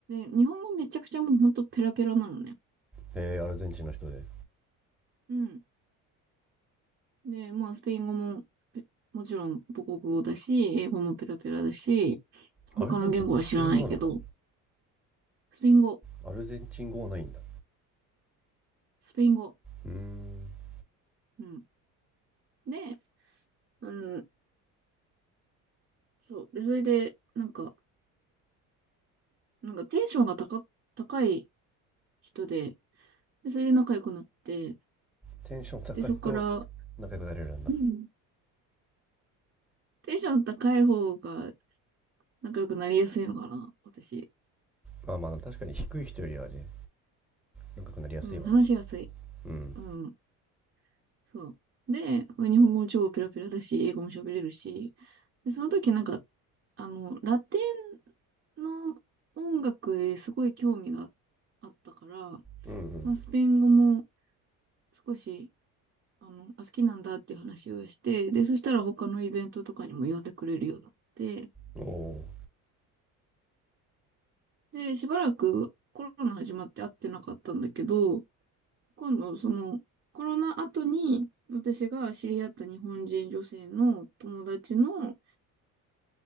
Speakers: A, on the right (about 35°); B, in the centre.
A: で、日本語めちゃくちゃもうほんとペラペラなのね。
B: えー、アルゼンチンの人で
A: うん。で、まあ、スペイン語も、ペもちろん母国語だし、英語もペラペラだし、他の言語は知らないけど、
B: アルゼンチンってスペイン語なのか
A: スペイン語、
B: アルゼンチン語はないんだ
A: スペイン語。
B: うーん
A: うん。で、あの、そう。で、それで、なんか、なんかテンションが高、高い人で、で、それで仲良くなって、
B: テンション高いと
A: で、そこから、
B: 仲良くなれるんだ
A: うんテンション高い方が仲良くなりやすいのかな、私。
B: まあまあ確かに低い人よりはね仲良くなりやすいわな
A: うん、話しやすい。
B: うん
A: うん、そう。で、日本語も超ペラペラだし、英語も喋れるし、で、その時なんか、あの、ラテンの音楽へすごい興味があったから、
B: うん
A: まあ、スペイン語も少し、あの、あ、好きなんだっていう話をして、で、そしたら他のイベントとかにも呼んでくれるようになって、
B: うんおお
A: で、しばらくコロナ始まって会ってなかったんだけど、今度、その、コロナ後に、私が知り合った日本人女性の友達の、